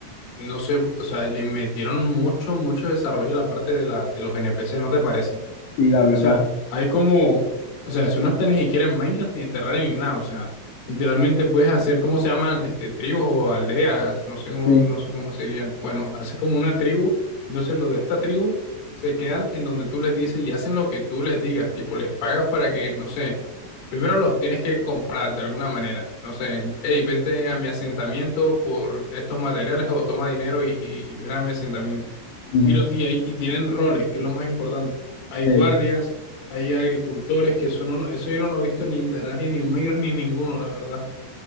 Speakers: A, on the left; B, on the left.
A: no sé, o sea, le metieron mucho, mucho desarrollo a la parte de la, de los NPC, ¿no te parece? O
B: Sí, la verdad.
A: sea, hay como, o sea, eso no está ni siquiera en Minecraft ni en Terraria ni nada, o sea, literalmente puedes hacer, ¿cómo se llaman? Este, tribus o aldeas, no sé cómo,
B: Sí,
A: no sé cómo serían. Bueno, haces como una tribu, entonces los de esta tribu se quedan en donde tú les dices y hacen lo que tú les digas, tipo, les pagas para que, no sé, primero los tienes que comprar de alguna manera, no sé, hey, vente a mi asentamiento por estos materiales o toma dinero y, y, y ven a mi asentamiento.
B: ujú,
A: Y, lo, y, ahí- y tienen roles, que es lo más importante hay
B: sí,
A: guardias, hay agricultores, que eso, no lo- eso yo no lo he visto ni en Terraria, ni en Micros, ni en ninguno, la verdad.